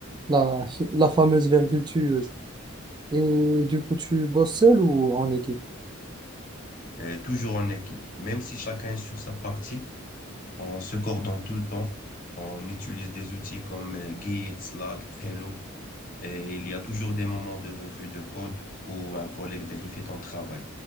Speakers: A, on the right (about 20°); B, on the left (about 40°).
A: La, la fameuse virgule tueuse. Et du coup, tu bosses seul ou en équipe?
B: Et toujours en équipe. Même si chacun est sur sa partie, on se coordonne tout le temps. On utilise des outils comme euh, Git, Slack, Trello. Et il y a toujours des moments de revue de code où un collègue vérifie ton travail.